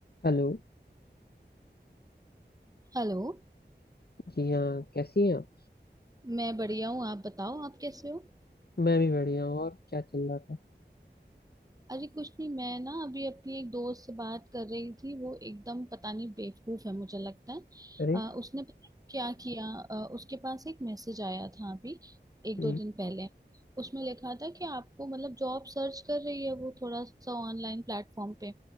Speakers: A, on the left; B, on the right.
A: Hello
B: Hello
A: जी हाँ कैसी हैं आप
B: मैं बढ़िया हूँ आप बताओ आप कैसे हो
A: मैं भी बढ़िया हूँ और क्या चल रहा था
B: अरे कुछ नहीं मैं ना अभी अपनी एक दोस्त से बात कर रही थी वो एकदम पता नहीं बेवकूफ है मुझे लगता है
A: अरे
B: अ, उसने पता नहीं क्या किया अ, उसके पास एक मैसेज आया था अभी एक
A: जी
B: दो दिन पहले उसमें लिखा था कि आपको मतलब जॉब सर्च कर रही है वो थोड़ा सा ऑनलाइन प्लेटफॉर्म पे